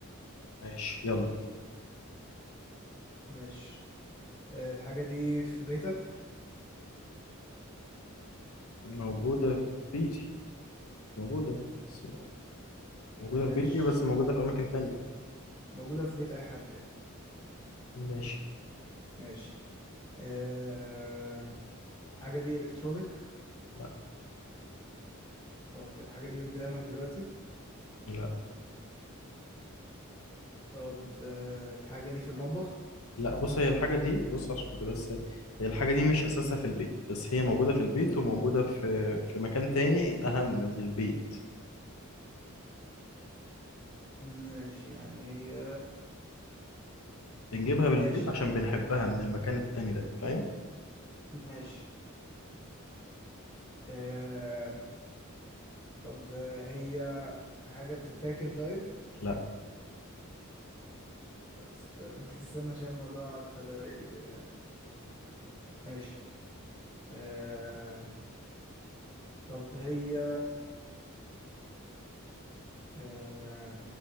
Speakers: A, on the left; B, on the left.
A: ماشي يلا
B: ماشي آه، الحاجة دي في بيتك
A: موجوده في بيتي موجوده بس- موجوده
B: ماشي
A: في بيتي بس موجوده في اماكن تانية
B: موجودة في بيت أي حد يعني
A: ماشي
B: ماشي أه... الحاجة دي إلكترونيك
A: لا
B: طب الحاجة دي قدامك دلوقتي
A: لا
B: طب أه... الحاجة دي في المطبخ
A: لا بص هي الحاجة دي بص عشان كده بس هي الحاجة دي مش أساسها في البيت بس هي موجودة في البيت وموجودة في في مكان تاني أهم من البيت
B: ماشي يعني هي
A: بنجيبها بالبيت
B: ماشي
A: عشان بنحبها من المكان التاني ده فاهم؟
B: ماشي أه... طب آه، هي حاجة بتتاكل طيب
A: لا
B: طب استنى <laughs> استنى عشان الموضوع ابتدى ي- ماشي أه... طب هي أه...